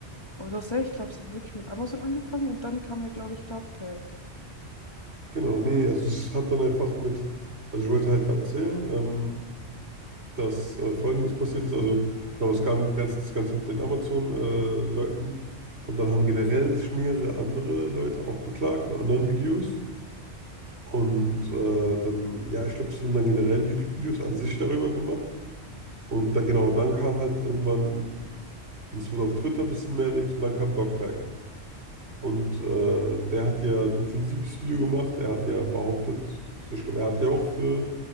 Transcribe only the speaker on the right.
Genau, nee, also es hat dann einfach mit, also ich wollte halt gerade erzählen, ähm, dass äh, Folgendes passiert ist. Also genau, es kam ganz, das Ganze mit den Amazon-Leuten. und dann haben generell sich mehrere andere Leute auch beklagt von anderen Videos. Und äh, dann, ja, ich glaube, es wurden dann generell YouTube-Videos an sich darüber gemacht. Und dann genau, dann kam halt irgendwann, und es wurde auf Twitter ein bisschen mehr Dings, und dann kam Dogpack. Und äh, der hat ja ein intensives Video gemacht, er hat ja behauptet, also ich glaube, er hat ja auch für